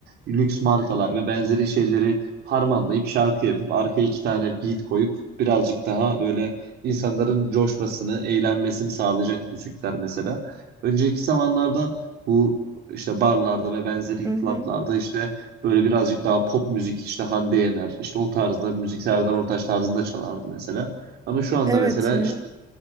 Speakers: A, on the right (about 70°); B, on the right (about 20°).
A: lüks markalar ve benzeri şeyleri harmanlayıp şarkı yapıp arkaya iki tane beat koyup birazcık daha böyle insanların coşmasını, eğlenmesini sağlayacak müzikler mesela. Önceki zamanlarda bu işte barlarda ve benzeri
B: Hı hı.
A: klaplarda işte Böyle birazcık daha pop müzik işte Hande Yener işte o tarzda müzik Serdar Ortaç tarzında çalardı mesela. Ama şu anda
B: Evet
A: mesela
B: ya.
A: işte